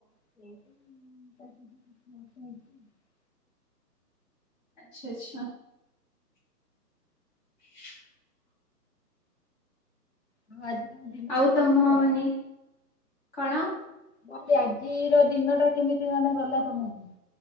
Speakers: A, on the left; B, on the left.
A: <unintelligible>
B: ଆଚ୍ଛା ଆଚ୍ଛା। <inaudible>
A: ହଁ ଆଜି ତମ ଦିନଟା
B: ଆଉ ତମ
A: କେମିତି ଗଲା?
B: ମାନେ କଣ?
A: ମୁଁ କହିଲି ଆଜିର ଦିନ ଟା କେମିତି ମାନେ ଗଲା ତମର?